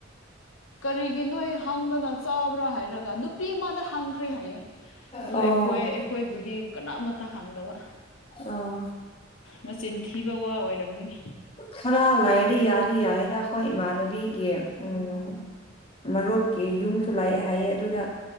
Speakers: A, on the left (about 80°); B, on the left (about 30°).
A: ꯀꯔꯤꯒꯤ ꯅꯣꯏ ꯍꯪꯗꯅ ꯆꯥꯕ꯭ꯔꯥ ꯍꯥꯏꯔꯒ ꯅꯨꯄꯤ ꯑꯃꯗ ꯍꯥꯡꯈ꯭ꯔꯦ ꯍꯥꯏꯌꯦ ꯑꯗꯨ
B: ꯑꯣ
A: ꯑꯩꯈꯣꯏ ꯑꯩꯈꯣꯏꯕꯨꯗꯤ ꯀꯅꯥꯃꯠꯇ ꯍꯥꯡꯗꯕ
B: ꯑꯣ
A: ꯃꯆꯤꯟ ꯊꯤꯕ ꯋꯥ ꯑꯣꯏꯔꯝꯒꯅꯤ
B: ꯈꯔ ꯂꯩꯔꯗꯤ ꯌꯥꯔꯤ ꯌꯥꯗ ꯍꯣꯏ ꯏꯃꯥꯟꯅꯕꯤꯒꯤ
A: ꯎꯝ
B: ꯎꯝ ꯃꯔꯨꯞꯀꯤ ꯌꯨꯝꯁꯨ ꯂꯥꯛꯑꯦ ꯍꯥꯏꯑ ꯑꯗꯨꯗ